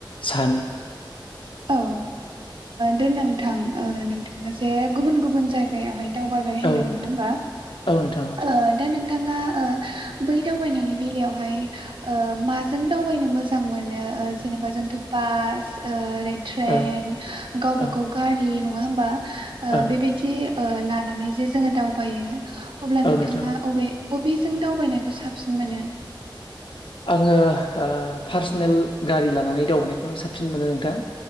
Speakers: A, on the left (about 90°); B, on the right (about 85°).
A: सानो
B: औ ओ दे नोंथां नोंथाङा जे गुबुन गुबुन जायगायावहाय दावबायबाय होनदों
A: ओ औ
B: नङा
A: नोंथां
B: होमबा
A: औ नोंथां
B: ओ दा नोंथाङा ओ बै दावबायनायनि बेलायावहाय ओ माजों दावबायनो मो जां मोनो ओ जेनेबा बास ओ ट्रेन
A: ओ
B: गावबा
A: औ
B: गाव गारि नङा होनबा ओ
A: औ
B: बेबायदि ओ लाना नै जे जोङो दावबायो अब्ला
A: औ
B: नोंथाङा
A: नोंथां
B: अबे अबिजों दावबायनायखौ साबसिन मोनो
A: आङो ओ पार्सनेल गारि लानानै दावबनायखौनो साबसिन मोनो नोंथां